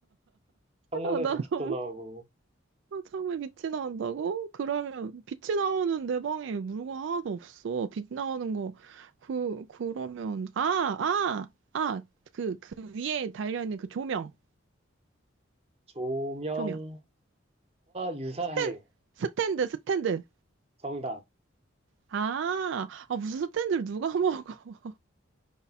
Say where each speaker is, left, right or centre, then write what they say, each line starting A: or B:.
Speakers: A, on the right; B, on the right.
A: 창문에서
B: 아, 나
A: 빛도
B: 너무
A: 나오고.
B: 아, 창문에 빛이 나온다고? 그러면 빛이 나오는 내 방에 물건 하나도 없어. 빛 나오는 거. 그 그러면 아, 아, 아. 그 그 위에 달려 있는 그 조명.
A: 조명과
B: 조명.
A: 유사해.
B: 스탠 스탠드 스탠드.
A: 정답.
B: 아, 아 무슨 스탠드를 누가 <laughs> 먹어?